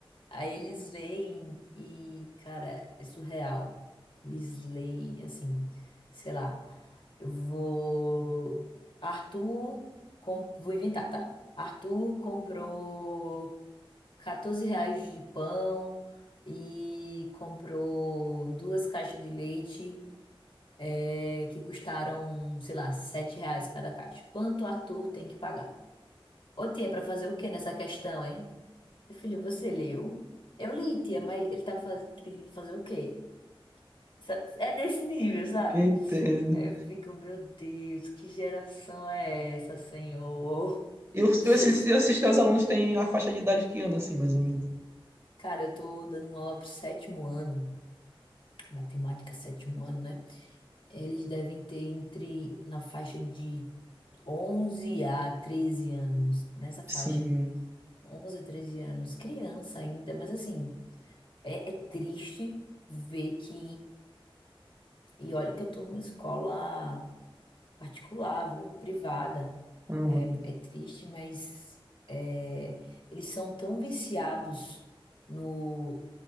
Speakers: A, on the left; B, on the right.
A: Aí eles leem e, cara, é surreal. Eles leem assim, sei lá, eu vou. Arthur, com... vou inventar, tá? Arthur comprou 14 reais de pão e comprou duas caixas de leite é, que custaram, sei lá, 7 reais cada caixa. Quanto Arthur tem que pagar? Ô, tia, pra fazer o quê nessa questão, hein? Meu filho, você leu? Eu li, tia, mas ele tava faz... pedindo pra fazer o quê? Sa- É nesse nível, sabe?
B: entendo.
A: Aí eu fico, meu Deus, que geração é essa, senhor?
B: eu eu
A: <laughs>
B: os- eu esses aos alunos têm a faixa de idade que ano, assim, mais ou menos?
A: Cara, eu tô dando uma aula pro sétimo ano, matemática, sétimo ano, né? Eles devem ter entre, na faixa de 11 a 13 anos, nessa faixa.
B: Sim,
A: onze a treze anos, criança ainda, mas assim, é, é triste ver que E olha que eu tô numa escola particular, viu? Privada.
B: uhum,
A: É triste, mas é, eles são tão viciados no,